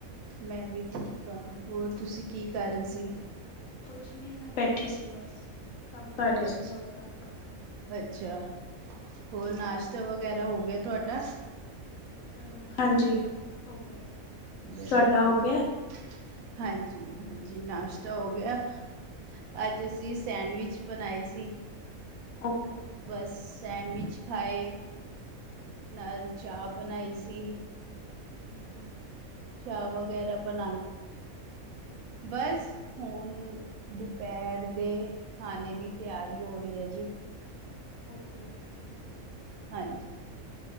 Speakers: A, on the right; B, on the left.
A: ਮੈਂ ਵੀ ਠੀਕ ਹਾਂ ਹੋਰ ਤੁਸੀਂ ਕੀ ਕਰ ਰਹੀ ਸੀ।
B: ਕੁਛ ਨੀ ਮੈਂ ਬੈਠੀ ਸੀ ਬਸ। ਕੰਮ ਕਰ ਰਹੀ
A: ਅੱਛ
B: ਸੀ ਥੋੜਾ ਘਰ ਦਾ
A: ਅੱਛਾ। ਹੋਰ ਨਾਸ਼ਤਾ ਵਗੈਰਾ ਹੋ ਗਿਆ ਤੁਹਾਡਾ?
B: ਹ ਹਾਂਜੀ ਹੋ ਗਿਆ।
A: ਵਧੀਆ
B: ਤੁਹਾਡਾ
A: ਵਧੀਆ
B: ਹੋ ਗਿਆ?
A: ਹਾਂਜੀ ਹਾਂਜੀ ਨਾਸ਼ਤਾ ਹੋ ਗਿਆ। ਅੱਜ ਅਸੀਂ ਸੈਂਡਵਿਚ ਬਣਾਏ ਸੀ।
B: ਓਕੇ-ਓਕੇ
A: ਬਸ ਸੈਂਡਵਿਚ ਖਾਏ ਨਾਲ ਚਾਹ ਬਣਾਈ ਸੀ।
B: ਹਮ।
A: ਚਾਹ ਵਗੈਰਾ ਬਣਾ ਬਸ ਹੁਣ ਦੁਪਹਿਰ ਦੇ ਖਾਣੇ ਦੀ ਤਿਆਰੀ ਹੋ ਰਹੀ ਹੈ ਜੀ।
B: Okay okay.
A: ਹਾਂਜੀ